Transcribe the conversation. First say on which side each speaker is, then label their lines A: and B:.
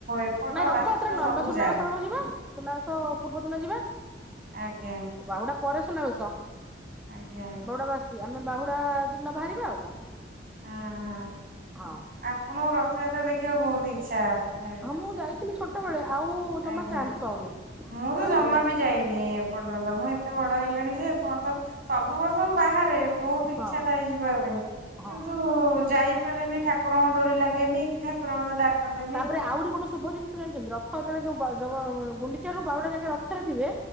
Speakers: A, on the right; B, in the centre.
A: ଏପଟ
B: ନାଇଁ ରଥଯାତ୍ରା
A: ରାସ୍ତା
B: ନୁହଁ
A: ସବୁ
B: ଆମେ ସୁନାବେଶ
A: ଯାମ୍
B: ବେଳକୁ ଯିବା ସୁନାବେଶ ପୂର୍ବ ଦିନ ଯିବା
A: ଆଜ୍ଞା
B: ବାହୁୁଡା ପରେ ସୁନାବେଶ
A: ଆଜ୍ଞା
B: ବାଉଡ଼ାବାସୀ ଆମେ ବାହୁଡ଼ା ଦିନ ବାହାରିବା ଆଉ କଣ
A: ହଁ ହଁ
B: ହଁ
A: ଆପଣଙ୍କୁ ରଥଯାତ୍ରା ଦେଖିବାକୁ ବହୁତ ଇଚ୍ଛା ଜାଣିପାରୁଚି
B: ହଁ ମୁଁ ଯାଇଥିଲି ଛୋଟବେେଳେ ଆଉ ଜମା
A: ଆଜ୍ଞା।
B: ଚାନ୍ସ ପାଉନି
A: ମୁଁ ତ ଜମା
B: ଆଉ
A: ବି ଯାଇନି ଏପର୍ଯ୍ୟନ୍ତ ମୁଁ ଏତେ ବଡ ହେଲିଣି ଯେ ଏପର୍ଯ୍ୟନ୍ତ ସବୁ ବର୍ଷ ମୁଁ ବାହାରେ ବହୁତ ଇଚଛା
B: ହଁ
A: ଥାଏ ଯିବା ପାଇଁ
B: ହଁ।
A: କିନ୍ତୁ ଯାଇପାରେନି ଠାକୁରଙ୍କ ଡୋରି ଲାଗେନି କି ଠାକୁର ମତେ ଡାକନ୍ତି
B: ତାପରେ ଆହୁରି ଗୋଟେ ଶୁଭ ଜିନିଷ ଜାଣିଛନ୍ତି ରଥ ଯେତେବେଳେ ଯୋଉ ଗୁଣ୍ଡିଚା ରୁ ବାଉୁଡା ଯାକେ ରଥରେଥିବେ